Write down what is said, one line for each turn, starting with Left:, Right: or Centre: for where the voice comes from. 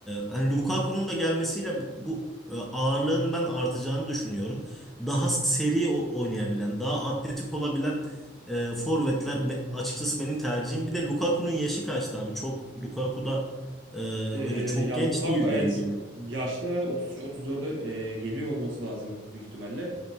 Centre: hani Lukaku'nun da gelmesiyle bu e, ağırlığın ben artacağını düşünüyorum. Daha seri o- oynayabilen, daha atletik olabilen e, forvetler be- açıkçası benim tercihim. Bir de Lukaku'nun yaşı kaçtı abi? Çok Lukaku da e,
Right: Ee,
Centre: böyle çok
Right: ya
Centre: genç
Right: Lukaku
Centre: değil
Right: evet
Centre: diye biliyorum.
Right: yaşları 33-34'e e, geliyor olması lazım büyük ihtimalle.